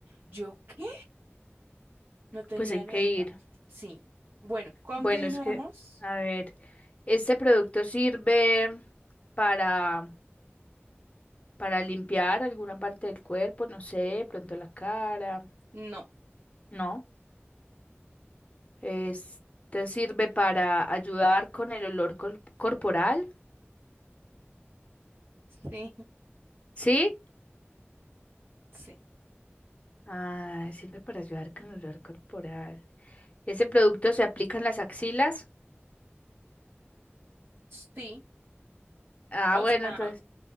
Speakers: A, on the right; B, on the left.
A: ¿Yo qué? No tenía
B: Pues hay que
A: neopasta.
B: ir.
A: Sí. Bueno, continuemos.
B: Bueno, es que, a ver, este producto sirve para, para limpiar alguna parte del cuerpo, no sé, de pronto la cara.
A: No.
B: No. Es- te sirve para ayudar con el olor col- corporal,
A: Sí,
B: ¿sí?
A: sí,
B: Ah, sirve para ayudar con el olor corporal. ¿Ese producto se aplica en las axilas?
A: sí.
B: Ah,
A: O
B: bueno,
A: sea,
B: entonces,